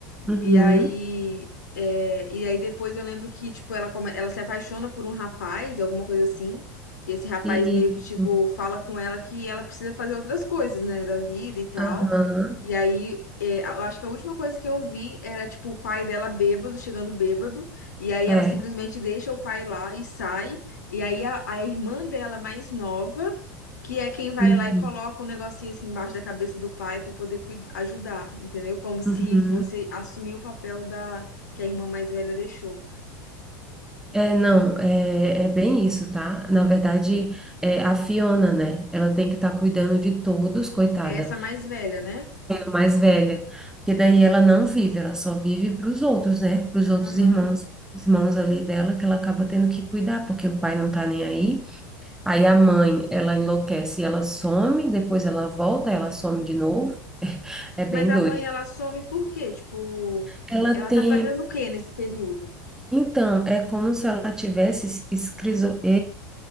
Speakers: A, in the centre; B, on the left (about 65°).
A: uhum,
B: E aí, é, e aí depois eu lembro que, tipo, ela, come- ela se apaixona por um rapaz, alguma coisa assim. E esse rapaz
A: isso,
B: meio que, tipo, fala com ela que ela precisa fazer outras coisas, né, da vida e tal.
A: aham,
B: E aí, é, eu acho que a última coisa que eu vi era, tipo, o pai dela bêbado, chegando bêbado. E aí
A: é,
B: ela simplesmente deixa o pai lá e sai. E aí a, a irmã dela mais nova que é quem vai
A: uhum,
B: lá e coloca um negocinho assim embaixo da cabeça do pai para poder cuid- ajudar, entendeu? Como se
A: uhum.
B: fosse assumir o papel da que a irmã mais velha deixou.
A: É, não, é, é bem isso, tá? Na verdade, é, a Fiona, né? Ela tem que estar cuidando de todos, coitada.
B: É essa mais velha, né?
A: mais velha, porque daí ela não vive, ela só vive para os outros, né? Para os outros
B: Aham.
A: irmãos, os irmãos ali dela, que ela acaba tendo que cuidar, porque o pai não tá nem aí. Aí a mãe, ela enlouquece, e ela some, depois ela volta, ela some de novo. É bem
B: Mas a
A: doido.
B: mãe, ela some por quê? Tipo,
A: Ela
B: ela
A: tem,
B: tá fazendo o quê nesse período?
A: então, é como se ela tivesse esquizo,